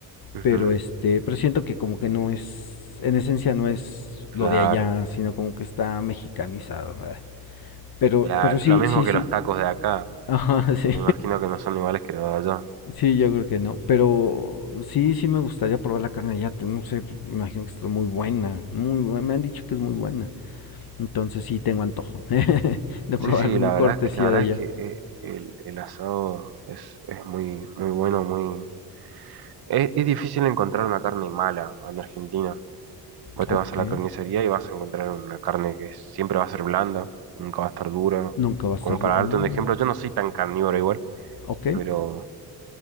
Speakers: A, on the right; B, on the left.
A: Ujú,
B: Pero este, pero siento que como que no es, en esencia no es
A: claro,
B: lo de allá, sino como que está mexicanizado, ¿verdad? Pero,
A: claro.
B: pero sí,
A: Lo mismo
B: sí,
A: que
B: sí.
A: los tacos de acá.
B: Ajá, <laughs> sí.
A: Me imagino que no son iguales que los de allá.
B: Sí, yo creo que no. Pero sí, sí me gustaría probar la carne de allá. te- No sé, pues, me imagino que está muy buena. Muy buena. Me han dicho que es muy buena. Entonces sí tengo antojo <laughs> de
A: Sí,
B: probar
A: sí,
B: algún
A: la
B: cortesía
A: verdad, es que- la verdad
B: de allá.
A: es que eh, el, el asado es, es muy, muy bueno, muy... Es, es difícil encontrar una carne mala en Argentina. Vos
B: Ok.
A: te vas a la carnicería y vas a encontrar una carne que siempre va a ser blanda, nunca va a estar dura.
B: Nunca va a
A: Como
B: estar.
A: para
B: du-
A: darte
B: Mm,
A: un ejemplo, yo no soy tan carnívoro igual,
B: ok.
A: pero,